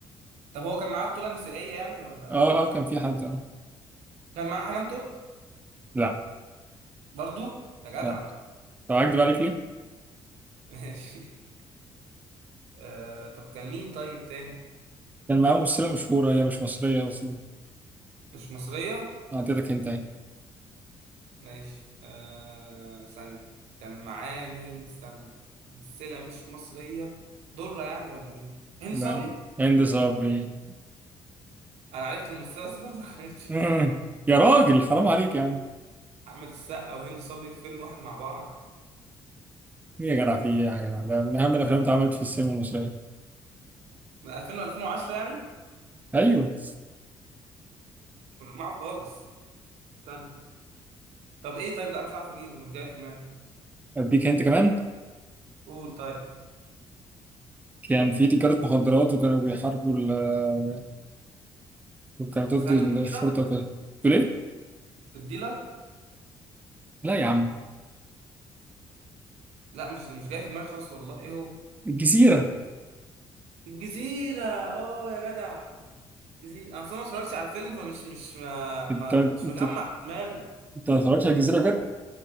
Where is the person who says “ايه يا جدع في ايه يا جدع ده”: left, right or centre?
Right